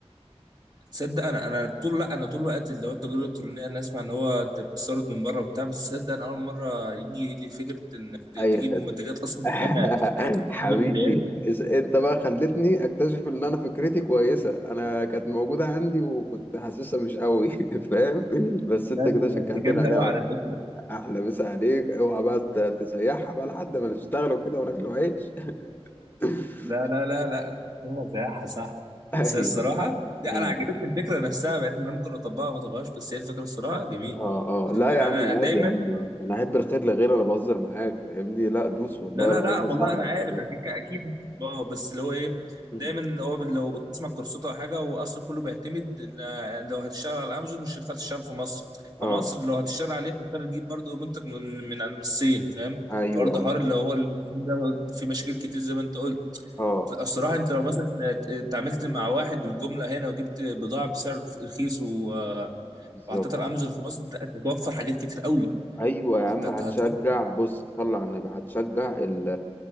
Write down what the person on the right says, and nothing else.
تصدق انا انا طول لا انا طول الوقت اللي هو التجاره الالكترونيه انا اسمع ان هو انت بتستورد من بره وبتاع بس تصدق انا اول مره يجي لي فكره انك ت- تجيب
منتجات اصلا
هنا تعتقد
ان هي
لا
ده
انت جامده
قوي على
فكره
لا لا لا لا هو سياحه يا صاحبي
بس هي الصراحه لا
انا عجبتني الفكره نفسها بعدين انا ممكن اطبقها ما اطبقهاش بس هي الفكره الصراحه جميله
يعني
انا دايما
لا لا
لا
والله انا عارف
اكيد اكيد اه بس اللي هو ايه
دايما اللي هو لو تسمع كورسات او حاجه هو اصلا كله بيعتمد ل- لو هتشتغل على امازون مش هتنفع تشتغل في مصر فمصر
لو هتشتغل عليها هتضطر تجيب برضه منتج من من من الصين فاهم
فبرضه
حوار اللي هو ال- ده في مشاكل كتير زي ما انت قلت
لا الصراحه انت لو مثلا ات- اتعاملت مع واحد بالجمله هنا وجبت بضاعه بسعر رخ- رخيص و-
وحطيتها على امازون في مصر انت هتوفر حاجات كتير قوي
هت- هت-
هتوفر